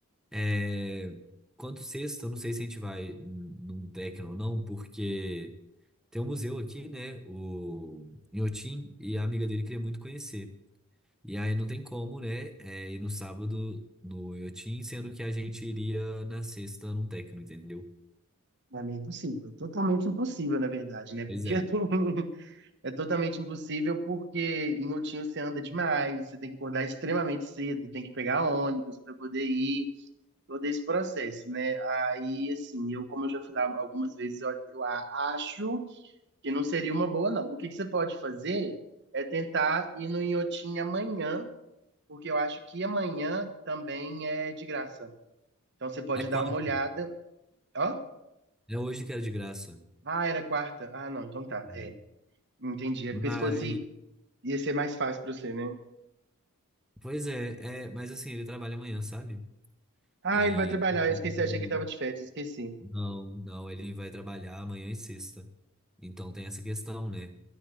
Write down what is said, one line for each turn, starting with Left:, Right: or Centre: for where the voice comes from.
Centre: É, quanto sexta, eu não sei se a gente vai n- num techno ou não, porque. Tem um museu aqui, né? O Inhotim, e a amiga dele queria muito conhecer. E aí não tem como, né? É, ir no sábado no Yotin, sendo que a gente iria na sexta num técnico, entendeu?
Right: pra mim é impossível, totalmente impossível, na verdade, né?
Centre: Pois
Right: Porque
Centre: é.
Right: <laughs> É totalmente impossível porque em Outinho você anda demais, você tem que acordar extremamente cedo, tem que pegar ônibus para poder ir, todo esse processo, né? Aí, assim, eu, como eu já fui lá algumas vezes, eu, eu a- acho que não seria uma boa, não. O que que você pode fazer é tentar ir no Inhotim amanhã, porque eu acho que amanhã também é de graça. Então você pode
Centre: É quarta.
Right: dar uma olhada. Ó,
Centre: É hoje que era de graça.
Right: ah, era quarta. Ah, não, então tá.
Centre: É.
Right: É, entendi. É
Centre: Mas,
Right: porque se fosse, ia ser mais fácil para você, né?
Centre: pois é, é, mas assim, ele trabalha amanhã, sabe?
Right: Ah,
Centre: E
Right: ele vai trabalhar. Eu esqueci,
Centre: ele-
Right: achei que ele tava de férias, esqueci.
Centre: não, não, ele vai trabalhar amanhã e sexta. Então tem essa questão, né?